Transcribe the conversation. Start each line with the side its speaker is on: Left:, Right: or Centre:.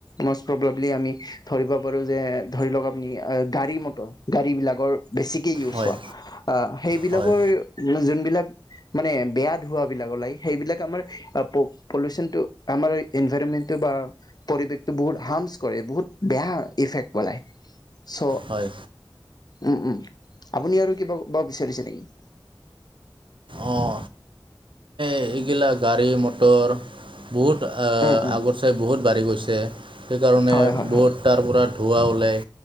Left: মষ্ট প্ৰব্লি আমি ধৰিব পাৰোঁ যে ধৰি লওঁক আপুনি গাড়ী মটৰ গাড়ী বিলাকৰ বেছিকে ইউজ
Right: হয়
Left: হোৱা। আহ, সেইবিলাকৰ
Right: হয়
Left: মানে যোনবিলাকৰ মানে বেয়া ধোৱাঁবিলাক ওলাই সেইবিলাক আমাৰ আপু পলূউশ্যনতো আমাৰ এনভাইৰমেন্টতো বা পৰিৱেশ টো, বহুত হাৰ্মচ কৰে বহুত বেয়া ইফেক্ পেলাই চ'-
Right: হয়।
Left: উম' উম' আপুনি আৰু কিবা ক'ব বিচাৰিছে নেকি?
Right: অ'হ। এইবিলাক গাড়ী - মটৰ বহুত আ
Left: উম উম
Right: -আগত চাই বহুত বাঢ়ি গৈছে। সেইকাৰণে
Left: হয় হয়
Right: বহুত
Left: হয়
Right: তাৰ পৰা ধোঁৱা ওলায়।